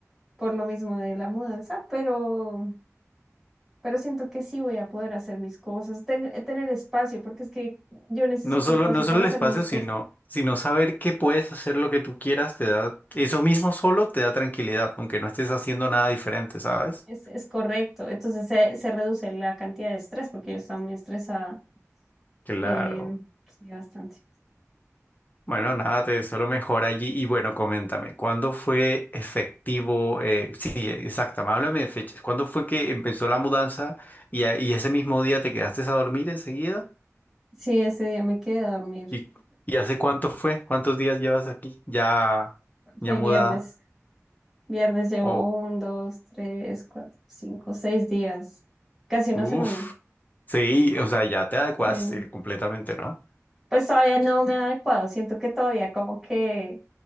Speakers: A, in the centre; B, on the left (about 35°).
A: por lo mismo de la mudanza, pero... pero siento que sí voy a poder hacer mis cosas, ten- eh, tener espacio, porque es que yo necesito
B: No solo,
A: espacio
B: no solo
A: para
B: el
A: hacer
B: espacio,
A: mis cosas,
B: sino, sino saber que puedes hacer lo que tú quieras, te da, eso mismo solo te da tranquilidad, aunque no estés haciendo nada diferente, ¿sabes?
A: es, es correcto, entonces se, se reduce la cantidad de estrés, porque yo estaba muy estresada,
B: Claro.
A: eh, sí, bastante.
B: Bueno, nada, te deseo lo mejor allí. Y bueno, coméntame, ¿cuándo fue efectivo? eh, sí, exacto, háblame de fechas. ¿Cuándo fue que empezó la mudanza y, a- y ese mismo día te quedaste a dormir enseguida?
A: Sí, ese día me quedé a dormir,
B: ¿Y, y hace cuánto fue? ¿Cuántos días llevas aquí? ¿Ya, ya
A: fue el
B: mudada?
A: viernes, viernes llevo
B: ¿O
A: un, dos, tres, cuatro, cinco, seis días, casi una
B: Uf,
A: semana,
B: sí, o sea, ya te adecuaste
A: sí.
B: completamente, ¿no?
A: Pues todavía no me ha adecuado, siento que todavía como que